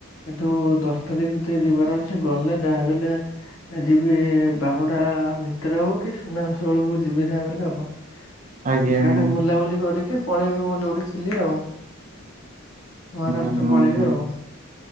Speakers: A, on the left; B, on the right.
A: ଏଠୁ ଦଶ ତାରିଖ ଭିତରେ ଯିବାର ଅଛି ଗଲେ ଯାହା ବି ହେଲେ। ଯିବି ବାହୁଡା ଭିତରେ ହଉ କି ସୁନାବେଶ ବେଳକୁ ଯିବି ଯାହା ବଲେ ହଉ। <inaudible>
B: ଆଜ୍ଞା
A: ଏକାଥି
B: ଆଜ୍ଞା
A: ବୁଲାବୁଲି କରିକି ପଳେଇବି ମୁଁ ଯୋଉଠି ଥିଲି ଆଉ। ମହାରାଷ୍ଟ୍ର
B: ହୁଁ ହୁଁ
A: ପଳେଇବି
B: ହୁଁ
A: ଆଉ।